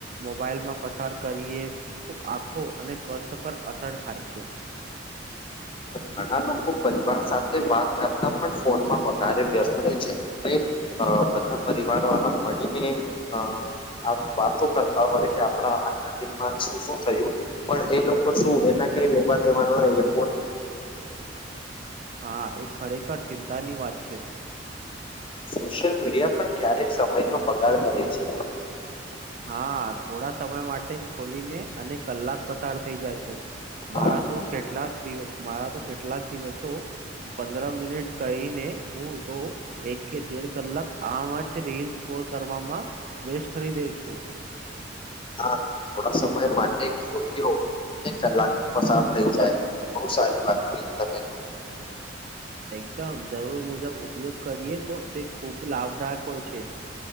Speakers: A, on the right (about 45°); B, on the left (about 30°).
A: મોબાઈલમાં પસાર કરીએ તો આખો અને <unintelligible> <unintelligible> પર અસર થાય છે.
B: ઘણા લોકો પરિવાર સાથે વાત કરતા પણ ફોનમાં વધારે વ્યસ્ત રહે છે, એટલે બધા પરિવારવાળા મળીને અ આમ વાતો કરતા હોય કે આપડા આ દિન શું શું થયું પણ એ લોકો શું એના કઈ એેવા દેવાનું <unintelligible>
A: હા એ ખરેખર ચિંતા ની વાત છે.
B: સોશિયલ મીડિયા પણ ક્યારેક સમયનો બગાડ કરે છે.
A: હા થોડા સમય માટે ખોલીને. અને કલાક પસાર થઈ જાય છે,
B: હા
A: મારા તો કેટલાક. <unintelligible> દિવ મારા તો કેટલાક દિવસો પંદરા મિનિટ કહીને હું તો એક. કે દેઢ કલાક આ જ રીલ સ્કોર કરવામાં વેસ્ટ કરી <unintelligible> છું. તો
B: હા થોડા સમય માટે ખોલ્યો. અને કલાક પસાર થઈ જાય બોવ સારી વાત કયરી તમે.
A: એકદમ જરૂર મુજબ ઉપયોગ કરીએ તો તે ખૂબ લાભદાયક હોય છે.